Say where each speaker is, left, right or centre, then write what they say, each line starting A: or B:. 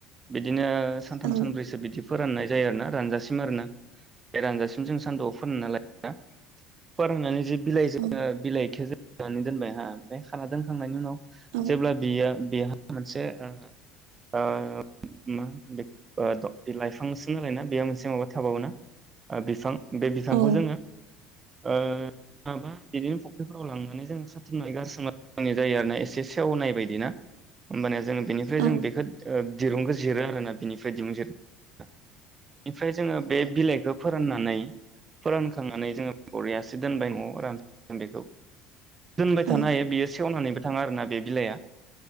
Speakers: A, on the right; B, on the right.
A: बिदिनो सानथाम
B: औ
A: सानब्रैसो बिदि फोराननाय जायो आरोना रानजासिम आरोना। बे रानजासिम जों सान्दुंआव फोनो नालाय। हा फोराननानै जि बिलाइजो
B: औ
A: बिलाइखो जो जुनानै दोनबाय हा ओमफाय खाना दोनखांनायनि उनाव
B: औ
A: जेब्ला बियो बेहा मोनसे ओ ओ मा होनो ओ लाइफांसो नालाय ना बेयो मोनसे माबा थाबावोना ओ बिफां बे बिफांखौ
B: औ
A: जोङो ओ माबा बिदिनो फुख्रिफोराव लांनानै जों खाथुमनानै गारसोमनानै दोननाय जायो आरोना एसे सेवनाय बायदि ना होमबानिया जोङो ओमफाय जों
B: औ
A: बेखोद ओ दिरुंखौ जिरो आरोना बिनिफाय दिरुं जिर इनिफ्राय जोंङो बे बिलाइगोब फोराननानै फोरानखांनानै जोंङो बरियासे दोनबाय नआव रान <inaudible> बेखौ दोनबाय
B: औ
A: थानो हायो बेयो सेवनानैबो थांङा आरोना बे बिलाइआ